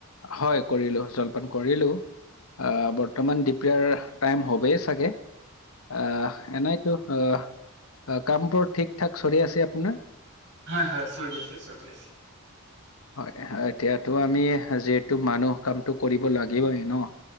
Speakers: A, on the left; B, on the right.
A: হয় কৰিলো জলপান কৰিলো অ বৰ্তমান দুপৰীয়াৰ টাইম হবই চাগে। আহ এনাইতো অ কামবোৰ ঠিক ঠাক চলি আছে আপোনাৰ।
B: হয় হয় চলি আছে চলি আছে।
A: হয় এতিয়াতো আমি যিহেতু মানুহ কামটো কৰিব লাগিবই ন,